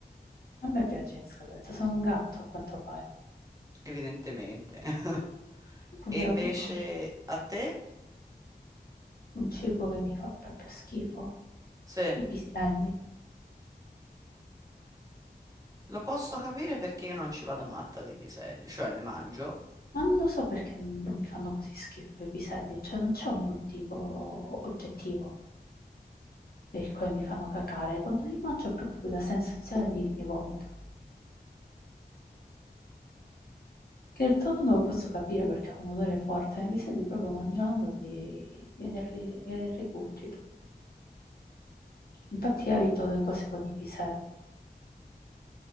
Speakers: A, on the left; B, on the right.
A: A me piace in scatoletta, sono un gatto a quanto pare.
B: evidentemente. <laughs>
A: Quando
B: E invece
A: ero piccola
B: a te?
A: Un cibo che mi fa proprio schifo.
B: Sì.
A: I piselli.
B: Lo posso capire perché io non ci vado matta dei piselli, cioè ne mangio,
A: Ma non lo so perché mi fanno così schifo i piselli, cioè non c'è un motivo oggettivo per il quale mi fanno cacare. Quando li mangio ho proprio quella sensazione di, di vomito. Che il tonno lo posso capire perché ha un odore forte, ma i piselli proprio mangiandoli viene, il ri- viene il rigurgito. Infatti
B: ah,
A: evito le cose con i piselli.